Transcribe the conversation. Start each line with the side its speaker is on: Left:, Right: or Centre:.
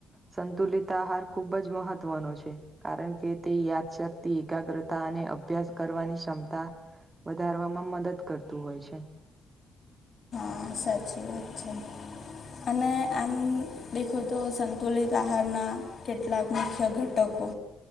Right: સંતુલિત આહાર ખૂબ જ મહત્ત્વનો છે. કારણ કે તે યાદશક્તિ એકાગ્રતા અને અભ્યાસ કરવાની ક્ષમતા વધારવામાં મદદ કરતું હોય છે.
Left: હા સાચી વાત છે. અને આમ દેખો તો સંતુલિત આહારના કેટલાક મુખ્ય ઘટકો